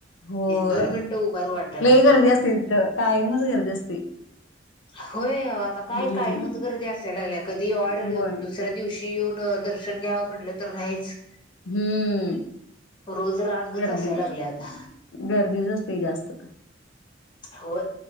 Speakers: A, on the left; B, on the left.
A: होय
B: दोन मिनिटं उभारू वाटाना.
A: लई गर्दी तिथं कायमचं गर्दी असते.
B: होय आता काय
A: हम्म
B: कायमच गर्दी असायला लागल्या कधी ऑड
A: होय
B: दुसऱ्या दिवशी. येऊन दर्शन घ्यावं म्हटलं तर नाहीच.
A: हम्म
B: रोज रांगच
A: गर्दीच
B: असायला लागल्या आता
A: गर्दी आसते जास्त.
B: हो